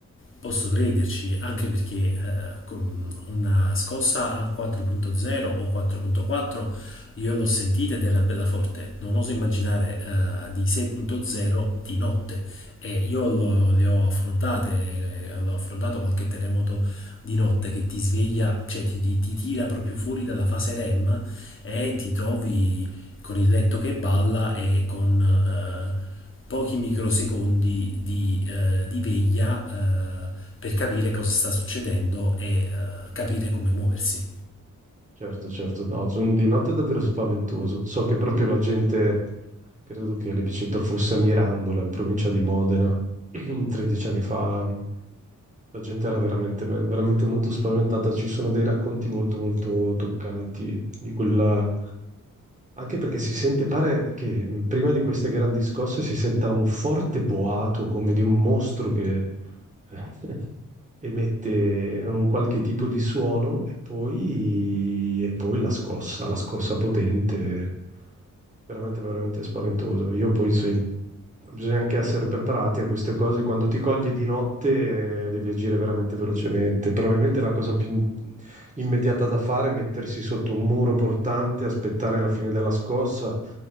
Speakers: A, on the left; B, on the right.
A: Posso crederci, anche perché eh, con una scossa a 4.0 o 4.4 io l'ho sentita ed era bella forte. Non oso immaginare eh, di 6.0 di notte. E io lo- le ho affrontate, eh, l'ho affrontato qualche terremoto di notte che ti sveglia, cioè ti, ti- ti tira proprio fuori dalla fase REM e ti trovi con il letto che balla e con eh, pochi microsecondi di, eh, di veglia eh, per capire cosa sta succedendo e eh, capire come muoversi.
B: Certo, certo, no, sono- di notte è davvero spaventoso. So che proprio la gente, credo che l'epicentro fosse a Mirandola, in provincia di Modena, <clears throat> 13 anni fa. La gente era veramente, veramente molto spaventata. Ci sono dei racconti molto, molto toccanti di quella Anche perché si sente, pare che mh, prima di queste grandi scosse si senta un forte boato come di un mostro che <laughs> emette un qualche tipo di suono e poi, e poi la scossa, la scossa potente veramente, veramente spaventoso. Io poi sì, bisogna anche essere preparati a queste cose. Quando ti coglie di notte, eh, devi agire veramente velocemente. Probabilmente la cosa più in- immediata da fare è mettersi sotto un muro portante, aspettare la fine della scossa